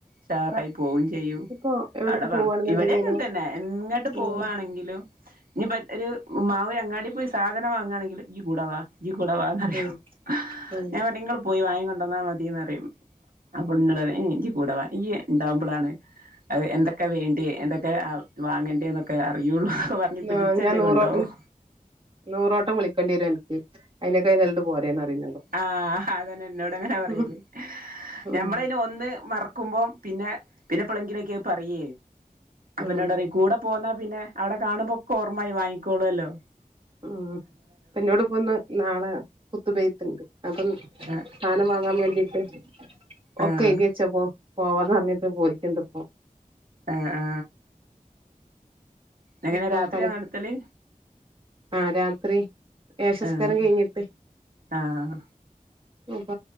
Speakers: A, on the right; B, on the right.
A: ഉഷാറായി പോവും ചെയ്യും
B: ഇപ്പൊ എവിട്ക്ക്
A: അവ്ടെ
B: പോവാണെന്നുണ്ടെങ്കിലോ
A: ഇവടിം അങ്ങൻ തന്നെ എങ്ങട്ട് പോവാണെങ്കിലും
B: ഉം
A: ഇഞ്ഞിപ്പ ഒരു മാവി അങ്ങാടി പോയി സാധനം വാങ്ങാണെങ്കിലും ഇയ്യ് കൂട വാ ഇയ്യ് കൂടെ വാന്നറിയും
B: ഉം ഉം
A: ഞാൻ പർഞ് ഇങ്ങള് പോയി വാങ്ങി കൊണ്ടന്നാ മതിന്നറിയും. അപ്പന്നോട് പറിം ഇയ്യ് കൂടവാ ഇയ്യ് ണ്ടാവുമ്പളാണ് അ എന്തക്കെ വേണ്ടി. എന്തൊക്കെ വാങ്ങണ്ടേ ന്നൊക്കെ അറിയുള്ളൂ. പറഞ്ഞ് പിടിച്ചച്ച്
B: ആ ഞാൻ നൂറോ
A: കൊണ്ടോവും
B: നൂറോട്ടം വിളിക്കണ്ടി വരും അൻക്ക്. ൽത് പോരെ ന്നറിം
A: ആ അതന്നെ ഇന്നോട് അങ്ങന പറയല്
B: ഉം ഉം
A: ഞമ്മള അയിന് ഒന്ന് മറക്കുമ്പം പിന്നെ പിന്നെ എപ്പളെങ്കിലൊക്കെ പറയേ അപ്പൊന്നോട്
B: ഉം
A: പറിം കൂടെ പോന്നാ പിന്നെ. അവ്ടെ കാണുമ്പോ ഒക്ക ഓർമ്മായി വാങ്ങിക്കോളോല്ലോ.
B: ഉം അപ്പന്നോട്പ്പൊന്ന് നാളെ കുത്തുബൈത്ത്ണ്ട് അപ്പം.
A: ആഹ്
B: സാനം വാങ്ങാൻ വെണ്ടിട്ട് ഒക്കെ
A: ആഹ്
B: എയ്‌തിഴച്ചപ്പോ പോവാന്ന് പർഞ്ഞിട്ട് പോയിട്ട്ണ്ട് പ്പൊ
A: ആഹ് ആ എങ്ങനെ
B: അപ്പൊ
A: രാത്രിയാ
B: പണി
A: നട്ത്തല്.
B: ആ രാത്രി എശസ്കാരം
A: ആഹ്
B: കഴിഞ്ഞിട്ട്.
A: ആഹ്
B: അപ്പ